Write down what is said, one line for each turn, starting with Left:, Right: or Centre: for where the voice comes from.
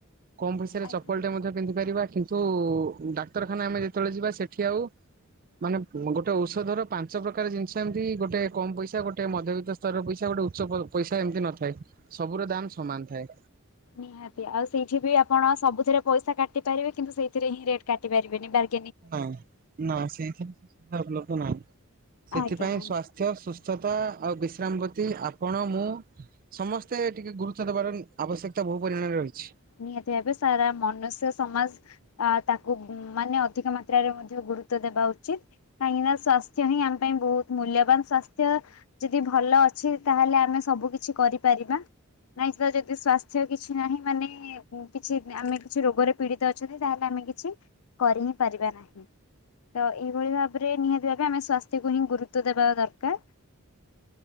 Right: କମ ପଇସାରେ
Left: ଆଜ୍ଞା
Right: ଚପଲଟେ ମଧ୍ୟ ପିନ୍ଧି ପାରିବା କିନ୍ତୁ ଡାକ୍ତରଖାନା ଆମେ ଯେତେବେଳେ ଯିବା ସେଠି ଆଉ ମାନେ ଗୋଟେ ଔଷଧର ପାଞ୍ଚ ପ୍ରକାର ଜିନିଷ ଏମିତି ଗୋଟେ କମ ପଇସା ଗୋଟେ ମଧ୍ୟବିତ୍ତ ସ୍ତରର ପଇସା ଗୋଟେ ଉଚ୍ଚ ପ ପଇସା ଏମିତି ନ ଥାଏ ସବୁର ର ଦାମ ସମାନ ଥାଏ।
Left: ନିଆଁ। ନିହାତି ଆଉ ସେଇଠି ବି ଆପଣ ସବୁଥିରେ ପଇସା କାଟି ପାରିବେ କିନ୍ତୁ ସେଇଥିରେ ହିଁ ରେଟ କାଟି ପାରିବେନି, ବାର
Right: ନାଇଁ ନା ସେଇଥିରେ ସୁବିଧା ଉପଲବ୍ଧ ନାହିଁ ସେଥିପାଇଁ
Left: ଆଜ୍ଞା।
Right: ସ୍ୱା ସ୍ୱାସ୍ଥ୍ୟ ସୁସ୍ଥତା ଆଉ ବିଶ୍ରାମ ବତି ଆପଣ ମୁଁ ସମସ୍ତେ ଟିକେ ଗୁରୁତ୍ୱ ଦବାର ଆବଶ୍ୟକତା ବହୁ ପରିମାଣରେ ରହିଛି।
Left: ନିହାତି ଭାବେ ସାରା ମନୁଷ୍ୟ ସମାଜ ଆ ତାକୁ ମାନେ ଅଧିକ ମାତ୍ରାରେ ମଧ୍ୟ ଗୁରୁତ୍ୱ ଦେବା ଉଚିତ। କାହିଁକି ନା ସ୍ଵାସ୍ଥ୍ୟ ହିଁ ଆମ ପାଇଁ ବହୁତ ମୂଲ୍ୟବାନ ସ୍ୱାସ୍ଥ୍ୟ। ଯଦି ଭଲ ଅଛି ତାହେଲେ ଆମେ ସବୁ କିଛି କରିପାରିବା। ନାଇଁ ତ ଯଦି ସ୍ଵାସ୍ଥ୍ୟ କିଛି ନାହିଁ ମାନେ କିଛି ଆମେ କିଛି ରୋଗରେ ପୀଡିତ ଅଛନ୍ତି ତାହେଲେ ଆମେ କିଛି କରି ହିଁ ପାରିବା ନାହିଁ। ତ ଏହିିଭଳି ଭାବରେ ନିହାତି ଭାବେ ଆମେ ସ୍ୱାସ୍ଥ୍ୟକୁ ହିଁ ଗୁରୁତ୍ୱ ଦେବା ଦରକାର।